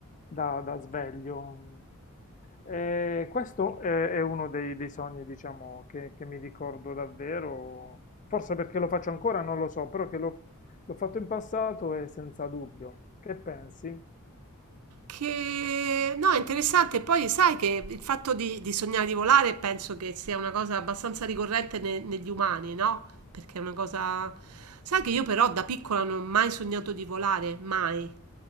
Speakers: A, on the left (about 35°); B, on the right (about 85°).
A: da, da sveglio. E questo è, è uno dei, dei sogni, diciamo, che, che mi ricordo davvero, forse perché lo faccio ancora, non lo so, però che l'ho l'ho fatto in passato e senza dubbio. Che pensi?
B: Che no, è interessante. Poi sai che il fatto di, di sognare di volare penso che sia una cosa abbastanza ricorrente ne- negli umani, no? Perché è una cosa. Sai che io però da piccola non ho mai sognato di volare, mai.